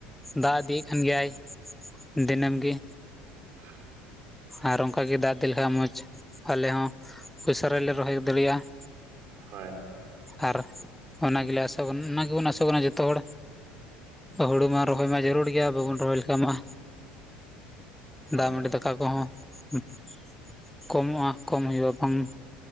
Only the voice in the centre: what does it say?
ᱫᱟᱜ ᱤᱫᱤᱭᱮᱫ ᱠᱷᱟᱱ ᱜᱮᱭᱟᱭ ᱫᱤᱱᱟᱹᱢ ᱜᱤ
ᱟᱨ ᱚᱝᱠᱟᱜᱮ ᱫᱟᱜ ᱤᱫᱤ ᱞᱮᱠᱷᱟᱡ ᱢᱚᱪ ᱟᱞᱮ ᱦᱚᱸ ᱩᱥᱟᱹ ᱨᱟᱞᱮ ᱨᱚᱦᱚᱭ ᱫᱟᱲᱮᱭᱟᱜᱼᱟ ᱾
ᱟᱨ ᱚᱱᱟ ᱜᱮᱞᱮ ᱟᱥᱚᱜ ᱠᱟᱱᱟ ᱚᱱᱟ ᱜᱮᱵᱩᱱ ᱟᱥᱚᱜ ᱠᱟᱱᱟ ᱡᱚᱛᱚ ᱦᱚᱲ ᱦᱩᱲᱩ ᱢᱟ ᱨᱚᱦᱚᱭ ᱢᱟ ᱡᱟᱹᱨᱩᱲ ᱜᱮᱭᱟ ᱵᱟᱹᱵᱩᱱ ᱨᱚᱦᱚᱭ ᱞᱮᱠᱷᱟᱡ ᱢᱟ
ᱫᱟᱜ ᱢᱟᱺᱰᱤ ᱫᱟᱠᱟ ᱠᱚᱦᱚᱸ ᱩᱸᱜ ᱠᱚᱢᱚᱜᱼᱟ ᱠᱚᱢ ᱦᱩᱭᱩᱜᱼᱟ ᱵᱟᱝ